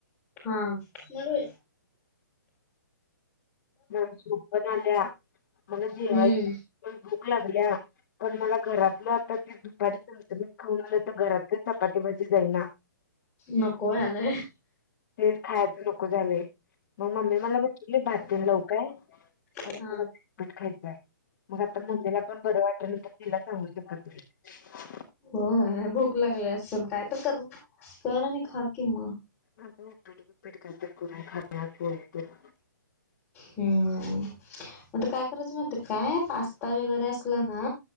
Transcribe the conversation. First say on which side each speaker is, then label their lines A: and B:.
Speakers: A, on the left; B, on the left.
A: हा म
B: ना झोपण आल्या मला
A: हम्म
B: जेवायची पण भूक लागल्या पण मला घरातलं ते दुपारी चत मी खाऊन आलं तर घरात चपातीबाजी जाईना
A: नकय आले आहे
B: तेच खायचं नको झालंय मग मम्मी मला वाट भात लव काय
A: हा.
B: पण मला पीट खायचं आहे मग आता मम्मीला पण बरं वाट न तर तिला सांगू शकता तुम्ही
A: हो भूक लागली असेल काय तर कर कर आणि खा कि मग
B: आ उपडपीड कायत ख
A: हम्म म काय करायचं मात काय पास्ता वगैरे असला ना